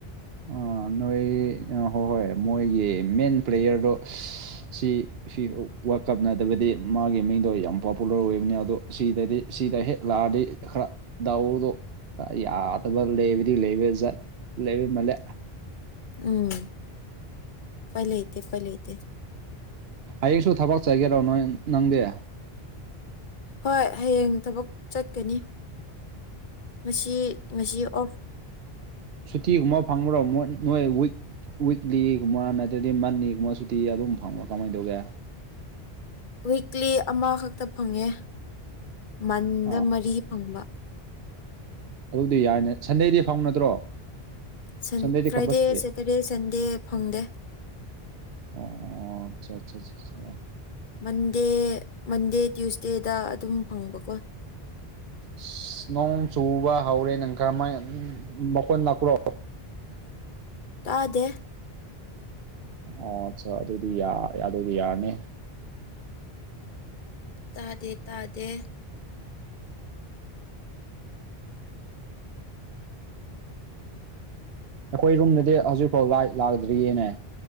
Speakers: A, on the right (about 75°); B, on the left (about 55°).
A: ꯑ ꯅꯣꯏ ꯑ ꯍꯣꯏ ꯍꯣꯏ ꯃꯣꯏꯒꯤ ꯃꯦꯟ ꯄ꯭ꯂꯦꯌꯔꯗꯣ ꯁꯤ ꯁꯤ ꯋꯔꯗ ꯀꯞ ꯅꯗꯕꯗꯤ ꯃꯥꯒꯤ ꯃꯤꯡꯗꯣ ꯌꯥꯝ ꯄꯣꯄꯨꯂꯔ ꯑꯣꯏꯕꯅꯤ ꯑꯗꯣ ꯁꯤꯗꯗꯤ ꯁꯤꯗ ꯍꯦꯛ ꯂꯥꯛꯑꯗꯤ ꯈꯔ ꯗꯥꯎꯗꯣ ꯌꯥꯗꯕ ꯂꯩꯕꯗꯤ ꯂꯩꯕꯖꯠ ꯂꯩꯕ ꯃꯜꯂꯦ
B: ꯎꯝ ꯎꯄꯥꯏ ꯂꯩꯇꯦ ꯎꯄꯥꯏ ꯂꯩꯇꯦ
A: ꯍꯌꯦꯡꯁꯨ ꯊꯕꯛ ꯆꯒꯦꯔꯣ ꯅꯣꯏ ꯅꯪꯗꯤ
B: ꯍꯣꯏ ꯍꯌꯦꯡ ꯊꯕꯛ ꯆꯠꯀꯅꯤ ꯉꯁꯤ ꯉꯁꯤ ꯑꯣꯞ
A: ꯁꯨꯇꯤ ꯒꯨꯝꯕ ꯐꯪꯕ꯭ꯔꯣ ꯃꯣꯏ ꯅꯣꯏ ꯋꯤꯛ ꯋꯤꯛꯂꯤ ꯒꯨꯝꯕ ꯅꯠꯇ꯭ꯔꯗꯤ ꯃꯟꯂꯤ ꯒꯨꯝꯕ ꯁꯨꯇꯤ ꯑꯗꯨꯝ ꯐꯪꯕꯔ ꯀꯃꯥꯏ ꯇꯧꯒꯦ
B: ꯋꯤꯛꯂꯤ ꯑꯃꯈꯛꯇ ꯐꯪꯉꯦ ꯃꯟꯗ
A: ꯑꯥ
B: ꯃꯔꯤ ꯐꯪꯕ
A: ꯑꯗꯨꯗꯤ ꯌꯥꯏꯅꯦ ꯁꯟꯗꯦꯗꯤ ꯐꯪ ꯅꯠꯇ꯭ꯔꯣ
B: ꯁꯟ
A: ꯁꯟꯗꯦꯗꯤ
B: ꯐ꯭ꯔꯥꯏꯗꯦ
A: ꯀꯝꯄꯜꯁꯔꯤ
B: ꯁꯇ꯭ꯔꯗꯦ ꯁꯟꯗꯦ ꯐꯪꯗꯦ
A: ꯑꯣ ꯆ ꯆ ꯆ ꯆ
B: ꯃꯟꯗꯦ ꯃꯟꯗꯦ ꯇ꯭ꯌꯨꯁꯗꯦꯗ ꯑꯗꯨꯝ ꯐꯪꯕꯀꯣ
A: ꯑꯁ ꯅꯣꯡ ꯆꯨꯕ ꯍꯧꯔꯦ ꯅꯪ ꯀꯔꯝꯃꯥꯏꯅ ꯃꯈꯣꯟ ꯂꯛꯄ꯭ꯔꯣ
B: ꯇꯥꯗꯦ
A: ꯑꯣ ꯑꯠꯆꯥ ꯑꯗꯨꯗꯤ ꯌꯥꯔꯦ ꯑꯗꯨꯗꯤ ꯌꯥꯔꯅꯤ
B: ꯇꯥꯗꯦ ꯇꯥꯗꯦ
A: ꯑꯩꯈꯣꯏ ꯔꯨꯝꯗꯗꯤ ꯍꯧꯖꯤꯛꯐꯥꯎ ꯂꯥꯏꯠ ꯂꯥꯛꯗ꯭ꯔꯤꯌꯦꯅꯦ